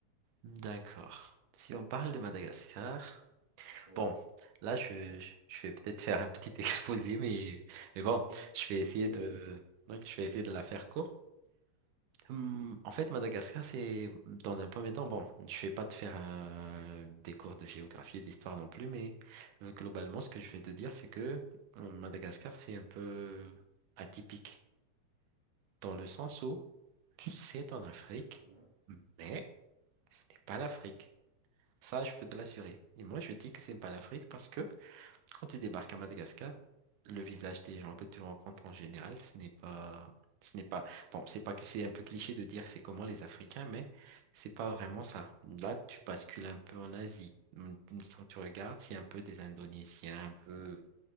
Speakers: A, on the right; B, on the right.
A: D'accord. Si on parle de Madagascar,
B: Ouais.
A: bon, là je, je- je vais peut-être faire un petit <laughs> exposé, mais, mais bon,
B: Oui,
A: je vais essayer de,
B: oui.
A: ouais, je vais essayer de la faire court. Hum,
B: Mhm,
A: en fait, Madagascar, c'est dans un premier temps, bon, je vais pas te faire euh, des cours de géographie et d'histoire non plus, mais euh, globalement, ce que je vais te dire, c'est que euh, Madagascar, c'est un peu atypique dans le sens où c'est en Afrique.
B: mhm,
A: mais Ce n'est pas l'Afrique. Ça, je peux te l'assurer. Et moi, je dis que ce n'est pas l'Afrique parce que quand tu débarques à Madagascar, le visage des gens que tu rencontres en général, ce n'est pas, ce n'est pas, bon, c'est pas que c'est un peu cliché de dire c'est comment les Africains, mais c'est pas vraiment ça. Là, tu bascules un peu en Asie. Hum, Quand tu regardes, c'est un peu des Indonésiens, un peu